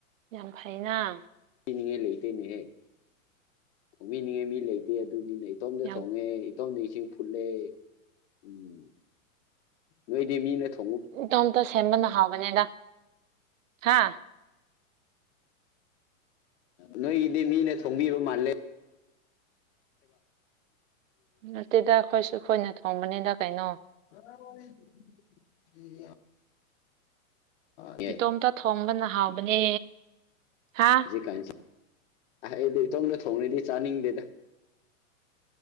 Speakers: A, on the right; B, on the left.
A: ꯌꯥꯝ ꯐꯩꯅ
B: ꯕꯤꯅꯤꯡꯉꯥꯏ ꯂꯩꯇꯦꯅꯦꯍꯦ ꯊꯣꯡꯕꯤꯅꯤꯡꯉꯥꯏ ꯃꯤ ꯂꯩꯇꯦ ꯑꯗꯨꯅꯤꯅꯦ ꯏꯇꯣꯝꯇ
A: ꯌꯥꯝ
B: ꯊꯣꯡꯉꯦ ꯇꯣꯝꯗ ꯏꯁꯤꯡ ꯐꯨꯠꯂꯦ ꯎꯝ ꯅꯣꯏꯗꯤ ꯃꯤꯅ ꯊꯣ
A: ꯏꯇꯣꯞꯇ ꯁꯦꯝꯕꯅ ꯍꯥꯎꯕꯅꯦꯗ ꯍꯥ
B: ꯅꯣꯏꯒꯤꯗꯤ ꯃꯤꯅ ꯊꯣꯡꯕꯤꯕ ꯃꯥꯜꯂꯦ
A: ꯅꯠꯇꯦꯗ ꯑꯈꯣꯏꯁꯨ ꯑꯈꯣꯏꯅ ꯊꯣꯡꯕꯅꯤꯗ ꯀꯩꯅꯣ
B: <inaudible> ꯑꯦ
A: ꯏꯇꯣꯝꯇ ꯊꯣꯡꯕꯅ ꯍꯥꯎꯕꯅꯦ ꯍꯥ
B: ꯔꯤꯀꯥꯟꯖꯤ ꯑꯍꯩꯗꯤ ꯏꯇꯣꯝꯗ ꯊꯣꯡꯔꯗꯤ ꯆꯥꯅꯤꯡꯗꯦꯗ